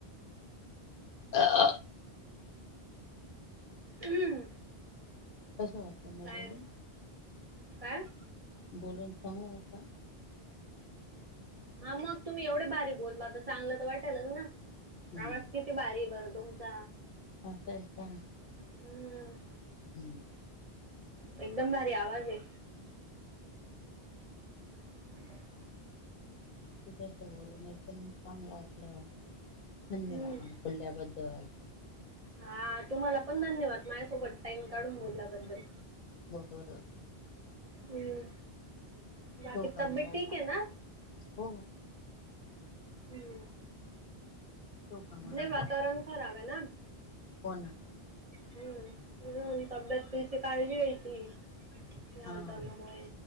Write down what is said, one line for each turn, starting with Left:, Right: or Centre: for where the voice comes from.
Left: ह <unintelligible>
Right: अहं.
Left: तसं वाटलं. मग
Right: पॅन्ट,
Left: बोलून
Right: काय?
Left: बोलून सांगू अत्ता.
Right: हा, मग तुम्ही एवढं भारी बोलला त चांगलं तर वाटेलच ना.
Left: हम्म
Right: आवाज किती भारी आहे बरं तुमचा.
Left: असं आय का?
Right: हम्म.
Left: हम्म <unintelligible>
Right: एकदम भारी आवाज आहे. ह <inaudible>
Left: तथस बोलून एकदम चांगलं वाटलं <unintelligible> धन्यवाद!
Right: हम्म.
Left: बोलल्याबद्दल.
Right: हा तुम्हाला पण धन्यवाद! माझ्यासोबत टाइम काढून बोलल्याबद्दल.
Left: बरोर <unintelligible>
Right: हम्म. बाकी
Left: ठेऊ का
Right: तब्येत
Left: मग आता?
Right: ठीक आहे ना?
Left: हो.
Right: हम्म,
Left: ठेवू का मग
Right: नाही
Left: आता?
Right: वाातवरण खराब आहे ना.
Left: हो ना.
Right: हम्म, हम् तब्येतीची काळजी घ्यायची. या
Left: हां.
Right: हातान मुळे